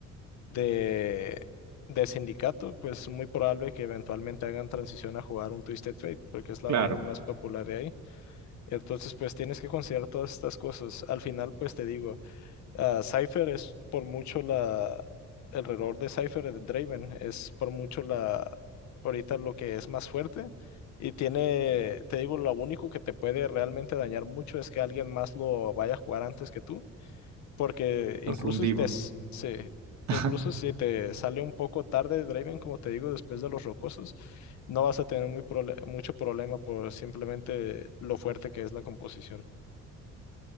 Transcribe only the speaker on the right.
Claro,
nos hundimos.
<laughs>